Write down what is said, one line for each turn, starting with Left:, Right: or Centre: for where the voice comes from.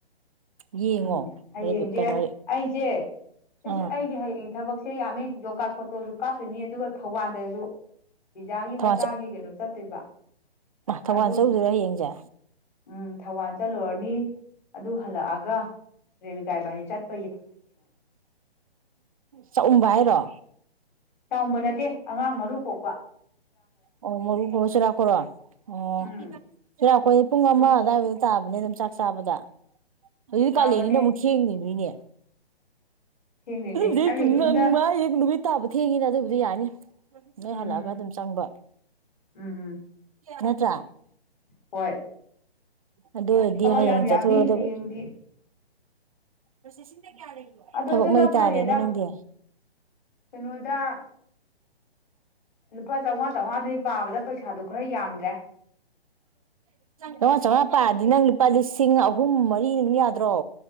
Right: ꯌꯦꯡꯉꯣ
Left: ꯎꯝ ꯍꯌꯦꯡꯁꯦ
Right: ꯀꯩꯅꯣ
Left: ꯑꯩꯖꯦ ꯏꯁ
Right: ꯑꯥ
Left: ꯑꯩꯗꯤ ꯍꯌꯦꯡ ꯊꯕꯥꯛ ꯁꯤ ꯌꯥꯝꯃꯤ ꯀꯥꯔꯠ ꯐꯣꯇꯣꯁꯨ ꯀꯥꯞꯇꯣꯏꯅꯤ ꯑꯗꯨꯒ ꯊꯧꯕꯥꯜꯗꯁꯨ ꯄꯤꯖꯥꯒꯤ
Right: ꯊꯧꯕꯥꯜ
Left: ꯃꯆꯥꯒꯤ ꯀꯩꯅꯣ ꯆꯠ <unintelligible>
Right: ꯊꯧꯕꯥꯜ
Left: ꯑꯗꯨ
Right: ꯆꯠꯂꯨꯗꯣꯏꯔꯥ ꯍꯌꯦꯡꯁꯦ
Left: ꯎꯝ ꯊꯧꯕꯥꯜ ꯆꯠꯂꯨꯔꯅꯤ꯫ ꯑꯗꯨ ꯍꯥꯜꯂꯛꯑ ꯒꯥ ꯔꯦꯕꯤꯀꯥ ꯏꯕꯅꯤ ꯆꯠꯀꯥ
Right: ꯆꯥꯛꯑꯎꯝꯕ ꯍꯥꯏꯔꯣ
Left: ꯆꯥꯎꯕ ꯅꯠꯇꯦ ꯑꯉꯥꯡ ꯃꯔꯨ ꯀꯣꯛ ꯋꯥ
Right: ꯑꯣ ꯃꯨ ꯀꯕ ꯆꯨꯔꯥꯀꯣꯔꯣ ꯑꯣ
Left: ꯎꯝ
Right: ꯆꯩꯔꯥꯛꯄꯣꯜ ꯁꯦ ꯄꯨꯡ ꯑꯃ
Left: ꯁꯨꯝ
Right: ꯑꯗꯥꯏꯃꯨꯛ ꯆꯥꯕꯅꯦ ꯑꯗꯨꯝ ꯆꯥꯛ ꯆꯥꯕꯗ ꯑꯗꯨꯗꯤ
Left: ꯇꯥꯕꯅꯦ
Right: ꯀꯥꯂꯦꯅꯤꯅ ꯑꯃꯨꯛ ꯊꯡꯉꯤ ꯃꯤꯅꯦ
Left: ꯊꯦꯡꯗꯣꯏꯅꯦ
Right: ꯑꯗꯨ
Left: ꯑꯩꯅ ꯌꯨꯝꯗ
Right: ꯉꯪꯕ ꯍ ꯅꯨꯃꯤꯠ ꯇꯥꯕ ꯊꯦꯡꯉꯤꯅ ꯑꯗꯨꯕꯨꯗꯤ ꯌꯥꯅꯤ ꯅꯣꯏ
Left: ꯎꯝ
Right: ꯍꯜꯂꯛꯑꯒ ꯑꯗꯨꯝ ꯆꯪꯕ
Left: ꯎꯝ ꯎꯝ
Right: ꯅꯠꯇ꯭ꯔ
Left: ꯍꯣꯏ
Right: ꯑꯗꯨ ꯑꯣꯏꯔꯗꯤ
Left: ꯊꯕꯛ
Right: ꯍꯌꯦꯡ
Left: ꯌꯥꯝ ꯌꯥꯝꯃꯤ
Right: ꯆꯠꯊꯣꯗꯕꯅꯦ
Left: ꯍꯌꯦꯡꯗꯤ
Right: ꯔꯁꯤꯁꯤ
Left: ꯑꯗꯣ
Right: ꯊꯕꯛ
Left: ꯑꯗꯨꯅ
Right: ꯃꯩ
Left: ꯐꯔꯦꯗ
Right: ꯇꯥꯔꯦꯅꯦ ꯅꯪꯗꯤ
Left: ꯀꯩꯅꯣꯗ ꯂꯨꯄꯥ ꯆꯧ ꯆꯧꯋꯥꯗꯤ ꯄꯥꯕꯗ ꯄꯩꯁꯥꯗꯨꯣ ꯈꯔ ꯌꯥꯝꯗ꯭ꯔꯦ
Right: ꯂꯥꯃꯉꯥ ꯆꯥꯝꯃꯉꯥ ꯄꯥꯗꯤ ꯅꯪ ꯂꯨꯄꯥ ꯂꯤꯁꯤꯡ ꯑꯍꯨꯝ ꯃꯔꯤ ꯑꯗꯨꯝ ꯌꯥꯗ꯭ꯔꯣ